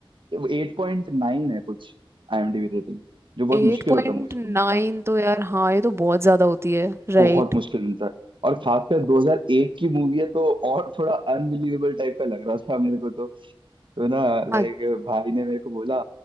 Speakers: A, on the right; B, on the right.
A: 8.9 है कुछ आईएमडीबी रेटिंग जो बहुत
B: एट
A: मुश्किल
B: पॉइंट
A: होता है मूवीज
B: नाइन
A: को मिलना
B: तो यार हाँ ये तो बहुत ज़्यादा होती है राइट
A: बहुत मुश्किल मिलता है और खासकर 2001 की मूवी है तो और थोड़ा अनबिलीवेबल टाइप का लग रहा था मेरे को तो तो ना लाइक
B: हाँ
A: भाई ने मेरे को बोला